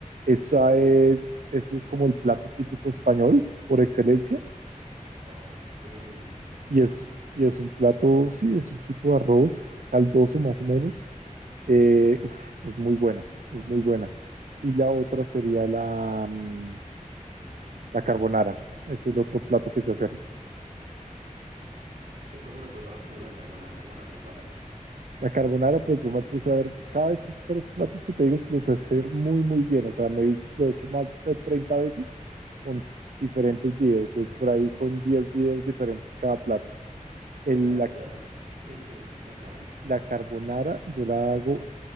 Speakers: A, on the right; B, on the right.
A: Esa
B: Oh.
A: es, eso es como el plato típico español por excelencia
B: Ok, ajá.
A: y es, y es un plato, sí, es un tipo de arroz caldoso más o menos Eh, uf, es muy buena, es muy buena. Y la otra sería la, mm, la carbonara. Ese es el otro plato que sé hacer.
B: ¿Y cómo lo preparas tú, la carbonara? ¿Cómo la preparas?
A: La carbonara, pues yo me puse a ver, cada de estos tres platos que te digo los sé hacer muy, muy bien. O sea, me he visto, lo he hecho más de 30 veces con diferentes videos.
B: Qué genial.
A: Soy por ahí con 10 videos diferentes cada plato. El,
B: Pues la verdad,
A: la,
B: sí, sí, cuéntame.
A: la carbonara yo la hago